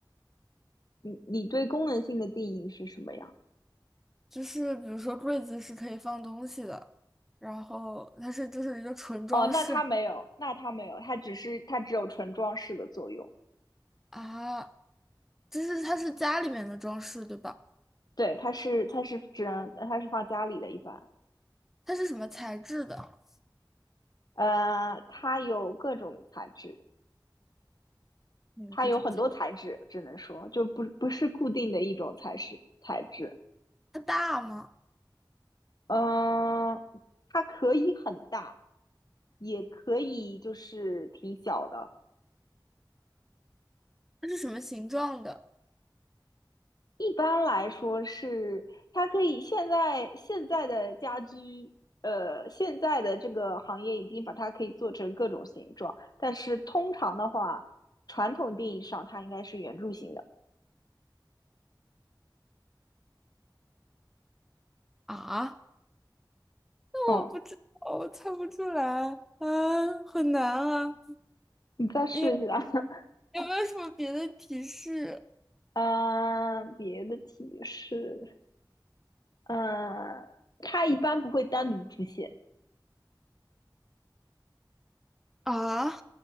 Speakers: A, on the left; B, in the centre.
A: 你你对功能性的定义是什么呀？
B: 就是比如说柜子是可以放东西的，然后它是就是一个纯装饰
A: 哦，那它没有，那它没有，它只是它只有纯装饰的作用。
B: 啊，就是它是家里面的装饰对吧？
A: 对，它是它是只能它是放家里的，一般。
B: 它是什么材质的？
A: 呃，它有各种材质，
B: 那个这种材，
A: 它有很多材质，只能说就不不是固定的一种材质材质。
B: 它大吗？
A: 嗯，它可以很大，也可以就是挺小的。
B: 它是什么形状的
A: 一般来说是，它可以现在现在的家居，呃，现在的这个行业已经把它可以做成各种形状，但是通常的话，传统定义上它应该是圆柱形的。
B: 啊？那我不知道，
A: 嗯，
B: 我猜不出来，啊，很难啊！
A: 你再试一下。
B: 有
A: <laughs>
B: 有没有什么别的提示
A: 嗯，别的提示，嗯，它一般不会单独出现。
B: 啊？